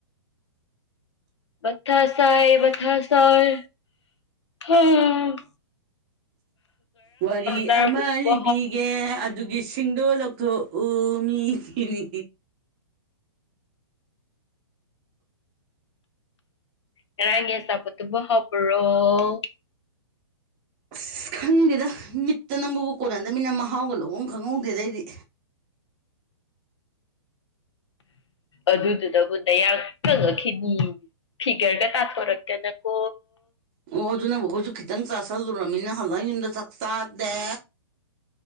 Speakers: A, on the left (about 85°); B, on the right (about 20°).
A: ꯃꯊꯥ ꯁꯥꯏ ꯃꯊꯥ ꯁꯥꯏ ꯍꯥꯥ
B: ꯋꯥꯔꯤ
A: ꯆꯥꯔꯝꯕꯗꯨꯕꯨ
B: ꯑꯃ ꯂꯤꯕꯤꯒꯦ ꯑꯗꯨꯒꯤ ꯁꯤ ꯆꯤꯡꯗꯣ ꯂꯧꯊꯣꯛꯎ ꯃꯤꯒꯤꯔꯤ
A: ꯉꯔꯡꯒꯤ ꯑꯆꯥꯄꯥꯠꯇꯨꯕꯣ ꯍꯥꯎꯕꯔꯣ
B: ꯑꯁ ꯈꯪꯗꯦꯗ ꯃꯤꯠꯇ ꯅꯝꯕꯕꯧ ꯀꯣꯟꯅꯗꯝꯅꯤꯅ ꯃꯍꯥꯎꯒ ꯂꯧꯕꯝ ꯈꯪꯍꯧꯗꯦꯗ ꯑꯩꯗꯤ
A: ꯑꯗꯨꯗꯨꯗꯕꯨ ꯅꯌꯥ ꯀꯪꯉꯛꯈꯤꯅꯤ ꯐꯤꯒꯔꯒꯥ ꯇꯥꯊꯣꯔꯛꯇꯅꯀꯣ
B: ꯑꯣ ꯑꯗꯨꯅꯕꯨ ꯈꯣꯏꯁꯨ ꯈꯤꯇꯪ ꯆꯥꯥꯁꯜꯂꯨꯨꯔꯃꯤꯅ ꯍꯜꯂꯛ ꯌꯨꯝꯗ ꯆꯥꯛ ꯆꯥꯗꯦ